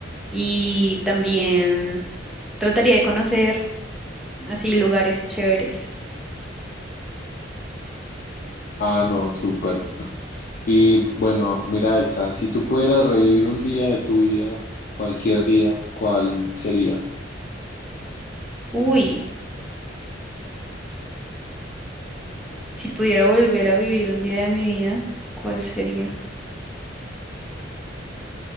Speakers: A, in the centre; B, on the left.
A: y también trataría de conocer así lugares chéveres.
B: Ah, no, súper. Y bueno, mira esta. Si tú pudieras revivir un día de tu vida, cualquier día, ¿cuál sería?
A: Uy, si pudiera volver a vivir un día de mi vida, ¿cuál sería?